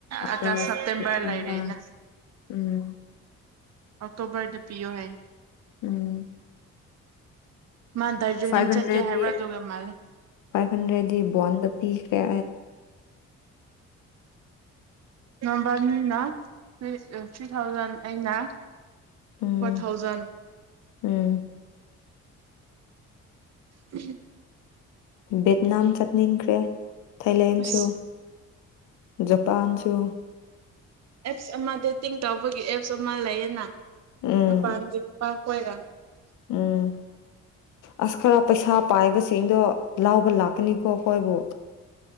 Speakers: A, on the left; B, on the right.
A: ꯑꯒꯁ
B: ꯑꯥꯒꯁ
A: ꯁꯦꯞꯇꯦꯝꯕꯔ
B: ꯂꯩꯔꯦꯅ
A: ꯎꯝ
B: ꯑꯣꯛꯇꯣꯕꯔꯗ ꯄꯤꯌꯣ ꯍꯥꯏꯌꯦ
A: ꯎꯝ
B: ꯃꯥ ꯗꯥꯔꯖꯤꯂꯤꯡ
A: ꯐꯥꯏꯚ
B: ꯆꯠꯀꯦ
A: ꯍꯟꯗ꯭ꯔꯦꯠꯤ
B: ꯍꯥꯏꯕ꯭ꯔꯥ ꯑꯗꯨꯒ ꯃꯥꯜꯂꯦ
A: ꯐꯥꯏꯚ ꯍꯟꯗ꯭ꯔꯦꯠꯗꯤ ꯕꯟꯗ ꯄꯤ ꯍ
B: ꯅꯝꯕꯔꯅꯤꯅꯔꯤ ꯊ꯭ꯔꯤ ꯊꯥꯎꯖꯟ ꯑꯩꯅ
A: ꯎꯝ
B: ꯐꯣꯔ ꯊꯥꯎꯖꯟ
A: ꯎꯝ
B: ꯎꯝ
A: ꯚꯦꯠꯅꯥꯝ ꯆꯠꯅꯤꯡꯈ꯭ꯔꯦ ꯊꯥꯏꯂꯦꯟꯁꯨ
B: ꯑꯁ
A: ꯖꯄꯥꯟꯁꯨ
B: ꯑꯦꯞꯁ ꯑꯃ ꯗꯦꯇꯤꯡ ꯇꯧꯕꯒꯤ ꯑꯦꯞꯁ ꯑꯃ ꯂꯩꯌꯦꯅ
A: ꯎꯝ
B: ꯄꯄꯥ ꯑꯣꯏꯣꯏꯔ
A: ꯎꯝ ꯑꯁ ꯈꯔ ꯄꯩꯁꯥ ꯄꯥꯏꯕꯁꯤꯡꯗꯣ ꯂꯥꯎꯕ ꯂꯥꯛꯀꯅꯤꯀꯣ ꯍꯣꯏꯕꯨꯣ